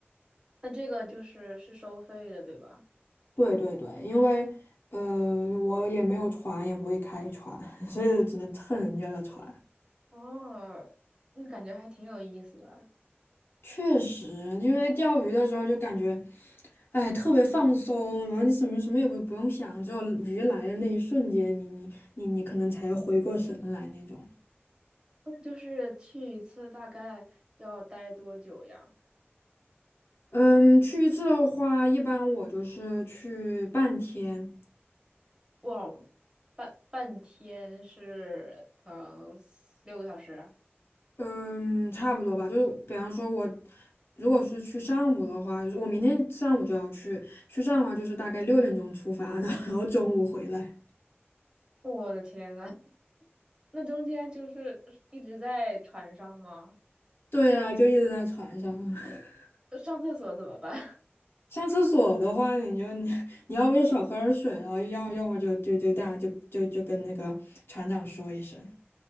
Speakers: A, on the right; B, on the left.
A: 那这个就是是收费的，对吧？
B: 对对对，因为呃我也没有船，也不会开船，<laughs> 所以只能蹭人家的船。
A: 哦，那感觉还挺有意思的。
B: 确实，因为钓鱼的时候就感觉，哎，特别放松，然后你什么什么也不不用想，只有鱼来的那一瞬间，你你你你可能才回过神来那种。
A: 那就是去一次大概要待多久呀？
B: 嗯，去一次的话，一般我就是去半天，
A: 哇，半半天是呃六个小时。
B: 嗯，差不多吧。就是比方说我，如果是去上午的话，就是我明天上午就要去，去上午的话就是大概六点钟出发，<laughs> 然后然后中午回来。
A: 我的天呐，<laughs> 那中间就是一直在船上吗？
B: 对啊，就一直在船上。<laughs>
A: 上厕所怎么办？
B: 上厕所的话，你就你你要不就少喝点水啊，然后要要么就就就大家就就就跟那个船长说一声。